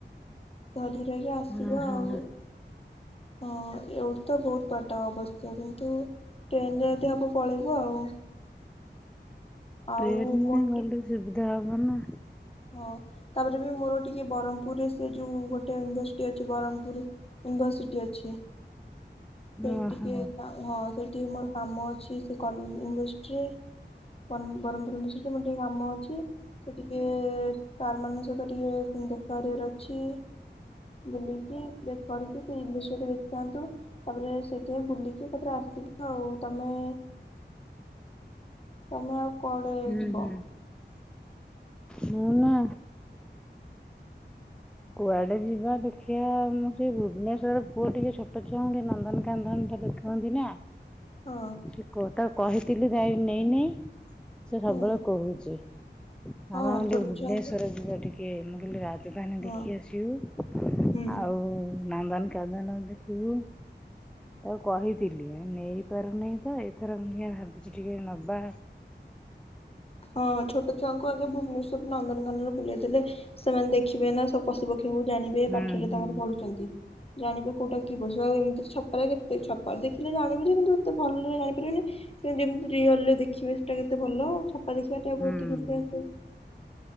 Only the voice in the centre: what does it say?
ହଁ ହଁ
ଟ୍ରେନ୍
ରେ ଗଲେ
ଶୁବ ଯା ହବନା
ଓହୋ
ହୁଁ
ହୁଁ। ମୁଁ ନା? କୁଆଡେ ଯିବା ଦେଖିବା ମୁମ ସେ ଭୁବନେଶ୍ଵର ପୁଅ ଟିକେ ଛୋଟ ଛୁଆଙ୍କୁ ଟିକେ ନନ୍ଦନକାନନ୍ଦନ ଟା ଦେଖନ୍ତି ନା
ସେ କ ତ କହିଥିଲି ଯାଇ ନେଇନାଇ ସେ ସବୁବେଳେ
କହୁଛି।
ଆମ ଆମେ
ଭୁବନେଶ୍ଵର
ଯିବା ଟିକେ। ମୁ କହିଲି ରାଜଧାନୀ ଦେଖି
ଆସିବୁ
ଆଉ ନନ୍ଦନ କାନ୍ଦନ ଦେଖିବୁ ଆଉ କହିଥିଲି ଆ ନେଇପାରୁନି ତ ଏଥର ମୁ ଭାବିଛି ଟିକେ ନବା
ହୁଁ
ହୁଁ
ହୁଁ।